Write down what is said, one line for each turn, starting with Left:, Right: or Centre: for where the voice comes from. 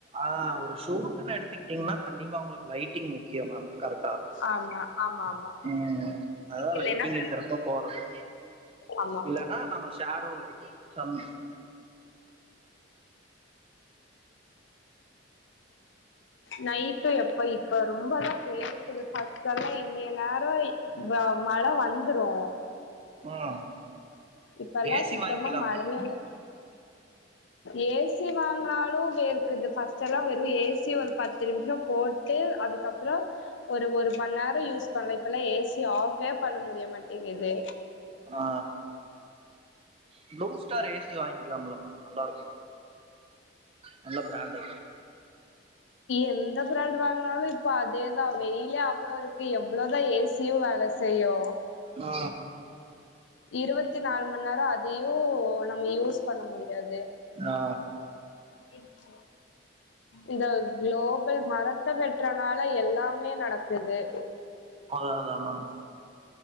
Right: ஆ ஒரு ஷூட்டுன்னு எடுத்துக்கிட்டீங்ன்னா கண்டிப்பா உங்ளுக்கு லைட் ங் முக்கியோ மேம் கரெக்ட்டா
Left: ஆமா ஆமா ஆமா
Right: ம் அதா
Left: இல்லைன்னா
Right: லைட்டிங் இருக்றப்ப போறது
Left: ஆமா ஆமா
Right: ஆனா நம்ப ஷேடோ அடிக்கு சம்
Left: நைட்டு எப்ப இப்ப ரொம்பதா வேர்க்குது பஸ்ட் எல்லா இன்னிய நேரோ வ மழ வந்ரு
Right: ம்
Left: இப்பல்லா
Right: ஏசி
Left: சுத்தமா
Right: வாங்கிக்கலாம்ல
Left: மழையே
Right: மேம்
Left: இல்ல ஏ சி வாங்னாலு வேர்க்குது பஸ்ட்டெல்லா வெறு ஏ சி ஒரு பத்து நிம்ஷோ போட் டு அதுக்கப்றோ ஒரு ஒரு மண் நோரோ யூஸ் பண்லா இப்பல்லா சி ஆஃபே பண்ண முடிய மாட்டேங்குது
Right: ஆ ப்ளூ ஸ்டார் ஏ சி வாய்க்லால்ல மேம் நல்லா இருக்கு நல்ல ப்ராண்டு
Left: எந்த ப்ராண்டு வாங்னாலு இப்போ அதேத வெயில்லே அவ்ளோ இருக் கு எவ்ளோ தா ஏ சியு வேல செய்யு
Right: ஆ
Left: இருவத் நால் மண் நேரோ அதையு நம்ம யூஸ் பண்ண முடியாது
Right: ஆ
Left: இச் இந்த குளோபல் மரத்த வெட்ற்னால எல்லாமே நடக்குது
Right: அத அத மேம்